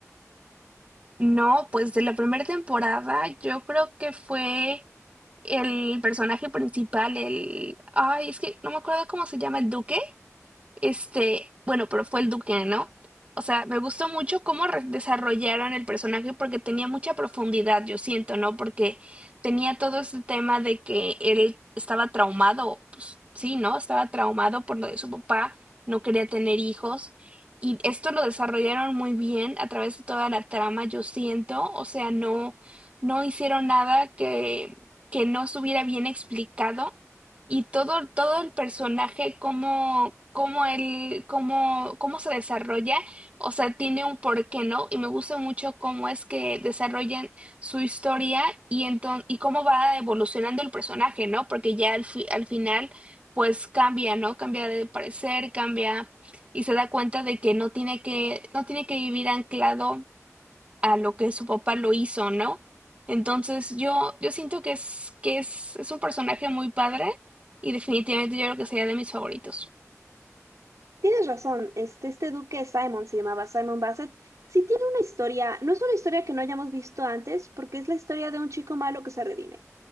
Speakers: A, on the right; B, on the right.
A: No, pues de la primera temporada yo creo que fue El personaje principal, el... Ay, es que no me acuerdo cómo se llama, el duque. Este, bueno, pero fue el Duque, ¿no? O sea, me gustó mucho cómo re- desarrollaron el personaje porque tenía mucha profundidad, yo siento, ¿no? Porque tenía todo este tema de que él estaba traumado, pues sí, ¿no? Estaba traumado por lo de su papá, no quería tener hijos. Y esto lo desarrollaron muy bien a través de toda la trama, yo siento. O sea, no, no hicieron nada que, que no estuviera bien explicado y todo, todo el personaje, cómo, cómo él, cómo, cómo se desarrolla, o sea, tiene un porqué, ¿no? Y me gusta mucho cómo es que desarrollan su historia y enton- y cómo va evolucionando el personaje, ¿no? Porque ya al fi- al final, pues cambia, ¿no? Cambia de parecer, cambia y se da cuenta de que no tiene que, no tiene que vivir anclado a lo que su papá lo hizo, ¿no? Entonces yo, yo siento que es, que es, es un personaje muy padre y definitivamente yo creo que sería de mis favoritos.
B: Tienes razón, este, este duque Simon se llamaba Simon Bassett. Sí tiene una historia, no es una historia que no hayamos visto antes, porque es la historia de un chico malo que se redime.